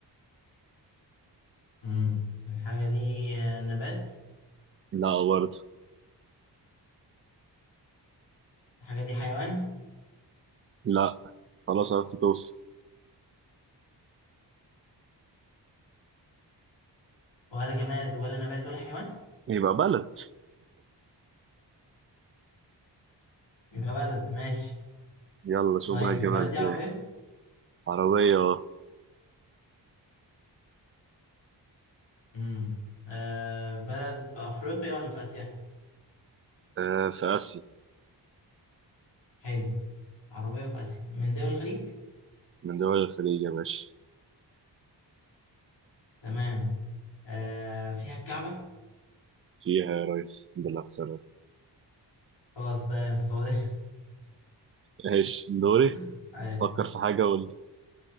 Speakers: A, on the left; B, on the right.
A: امم الحاجه دي آه، نبات
B: لا برضه
A: الحاجه دي حيوان
B: لا خلاص عرفت توصل
A: ولا جماد ولا نبات ولا حيوان
B: يبقى بلد
A: يبقى بلد ماشي
B: يلا شوف
A: طيب
B: بقى هتجيبها
A: البلد
B: ازاي
A: دي عربيه
B: عربيه
A: امم آه بلد في افريقيا ولا في اسيا
B: آه، في اسيا
A: حلو عربيه في اسيا من دول الخليج
B: من دول الخليج يا باشا
A: تمام آه فيها الكعبه
B: فيها يا ريس الحمد لله على السلامة
A: خلاص تمام السعوديه
B: ماشي دوري
A: <laughs> عايش
B: فكر في حاجة قول لي.